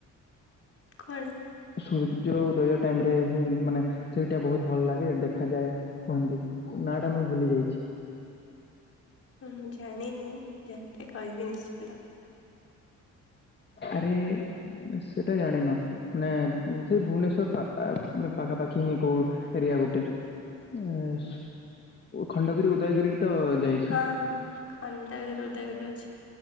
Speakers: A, on the left; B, on the left.
A: କଣ
B: ସୂର୍ଯ୍ୟ ଉଦୟ ଟାଇମ୍ ରେ ହିଁ ମାନେ ସେଇଟା ବହୁତ ଭଲ ଲାଗେ ଦେଖାଯାଏ। କୁହନ୍ତି ନା ଟା ମୁଁ ଭୁଲି ଯାଇଛି।
A: ହୁଁ ଜାଣିନି ଜାଣିିଲେ କହିବି ନିଶ୍ଚିନ୍ତ।
B: ଆରେ ସେଟା ଜାଣିନ? ନାଇଁ ସେଇ ଭୁବନେଶ୍ଵର ପାଖାପାଖି ହିଁ କୋଉ ଏରିଆ ଗୋଟେ। ଏ ଖଣ୍ଡଗିରି ଉଦୟଗିରିରେ ତ ଯାଇ
A: ହଁଁ ଖଣ୍ଡଗିରି ଉଦୟଗିରି କୁ ଅଛି।